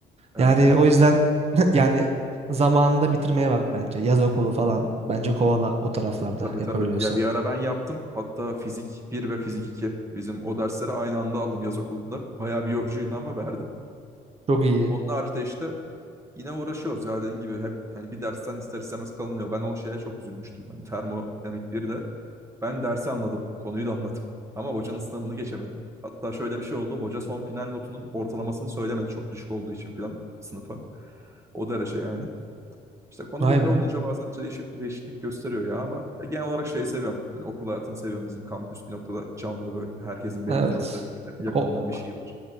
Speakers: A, on the right; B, on the right.
A: Evet.
B: Yani o yüzden <laughs> yani zamanında bitirmeye bak bence. Yaz okulu falan. Bence kovala o taraflarda
A: Tabii
B: yapabiliyorsan.
A: tabii. Ya bir ara ben yaptım. Hatta fizik bir ve fizik iki Bizim o dersleri aynı anda aldım yaz okulunda. Bayağı bir yorucuydu ama verdim.
B: Çok iyi.
A: Onun haricinde işte Yine uğraşıyoruz ya dediğin gibi hep yani bir dersten ister istemez kalınıyor. Ben o şeye çok üzülmüştüm. Hani termodinamik bir de. Ben dersi anladım. Konuyu da anladım. <laughs> Ama hocanın sınavını geçemedim. Hatta şöyle bir şey oldu. Hoca son final notunun ortalamasını söylemedi. Çok düşük olduğu için falan sınıfa. O derece yani. İşte konu
B: Vay
A: böyle
B: be.
A: olunca bazen değişip değişiklik gösteriyor ya ama ya genel olarak şeyi seviyorum. Hani okul hayatını seviyorum. Bizim kampüs bir noktada canlı böyle. Herkesin belli
B: Evet.
A: bir noktada birbirine bir yakınlığı
B: O, o-
A: bir şeyi var.